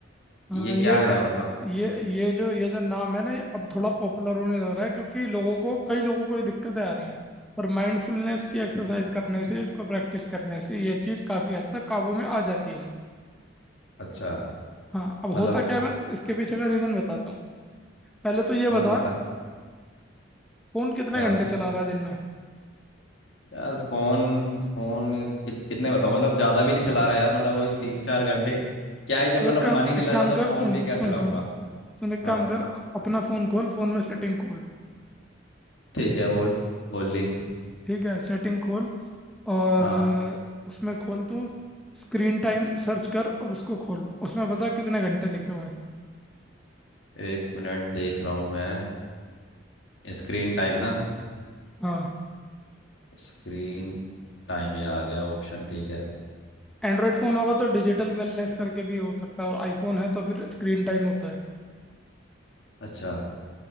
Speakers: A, in the centre; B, on the left.
A: हाँ
B: ये क्या
A: ये ट-
B: है मतलब
A: ये ये जो ये जो नाम है ना ये अब थोड़ा पॉपुलर होने लग रहा है क्योंकि लोगों को कई लोगों को ये दिक्कतें आ रही हैं पर माइंडफुलनेस की एक्सरसाइज करने से इसको प्रैक्टिस करने से ये चीज़ काफ़ी हद तक काबू में आ जाती है
B: अच्छा
A: हाँ अब
B: मतलब
A: होता क्या है मैं इसके पीछे का रीज़न बताता हूँ पहले तो ये
B: हाँ
A: बता
B: बता
A: फोन कितने
B: क्या
A: घंटे चला रहा है दिन में
B: यार फोन फोन कि, कितने बताओ मतलब ज्यादा भी नहीं चला रहा यार मतलब वही तीन चार घंटे क्या ही जब
A: तो
B: मतलब
A: एक काम
B: मन ही नहीं
A: एक
B: लग
A: काम
B: रहा तो
A: कर
B: फोन
A: सुन
B: भी क्या चलाऊंगा
A: सुन सुन सुन एक काम
B: हाँ
A: कर अपना फोन खोल फोन में सेटिंग खोल
B: ठीक है बोल खोल ली
A: ठीक है सेटिंग खोल और
B: हाँ
A: अ, उसमें खोल तू स्क्रीन टाइम सर्च कर और उसको खोल उसमें बता कितने घंटे लिखे हुए हैं
B: एक मिनट देख रहा हूँ मैं स्क्रीन टाइम ना
A: हाँ
B: स्क्रीन टाइम ये आ गया ऑप्शन ठीक है
A: एंड्रॉयड फोन होगा तो डिजिटल वेलनेस करके भी हो सकता है और आईफोन है तो फिर स्क्रीन टाइम होता है
B: अच्छा